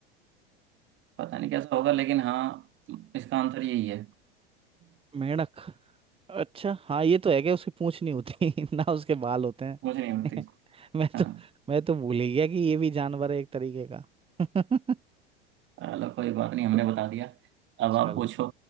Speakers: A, on the right; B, on the right.
A: पता नहीं कैसा होगा लेकिन हाँ इसका आंसर यही है <laughs>
B: मेंढक अच्छा हाँ ये तो है क्या उसकी पूंछ नहीं होती <laughs> ना उसके बाल होते हैं
A: कुछ नहीं होती
B: <laughs> मैं
A: हाँ
B: तो मैं तो भूल ही गया कि ये भी जानवर है एक तरीके का <laughs>
A: चलो कोई बात नहीं हमने बता दिया अब
B: चल
A: आप पूछो